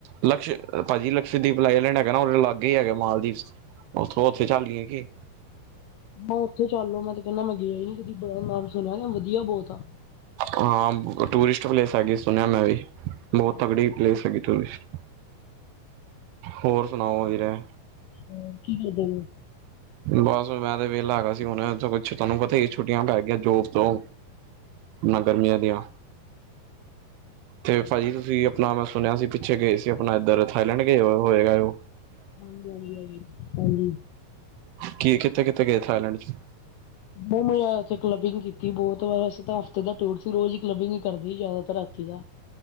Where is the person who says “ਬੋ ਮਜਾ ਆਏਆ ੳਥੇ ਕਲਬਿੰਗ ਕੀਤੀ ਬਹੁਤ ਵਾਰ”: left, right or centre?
Left